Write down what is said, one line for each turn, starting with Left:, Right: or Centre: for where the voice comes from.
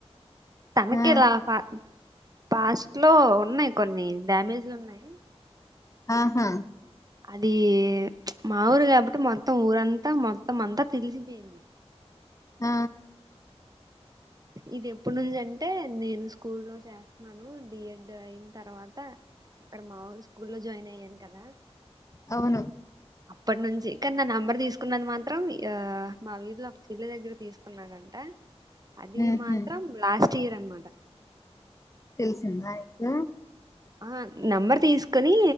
Right: తనకేలా
Left: ఆ,
Right: ఫ పాస్ట్ లో ఉన్నాయి కొన్ని డ్యామేజ్లున్నాయి.
Left: ఆహా
Right: అది మాఊరుగాబట్టు మా త్తం ఊరంతా మొత్తం అంతా తెలిసిపోయింది
Left: ఆ
Right: ఇది ఎప్పుడు నుంచి అంటే నేను స్కూల్ లో చేస్తున్నాను డి ఎడ్ అయిన తర్వాత అక్కడ మా వోళ్ళు స్కూల్ లో జాయిన్ అయ్యాను కదా
Left: అవును
Right: అప్పటి నుంచి కాని నా నంబర్ తీసుకున్నది మాత్రం ఆ మా వీధులో ఒక చెల్లి దగ్గర తీసుకున్నారంట అది
Left: ఉహుం.
Right: మాత్రం లాస్ తీరన్మాట
Left: తీసిందాయక్క
Right: ఆ నంబర్ తీసుకోని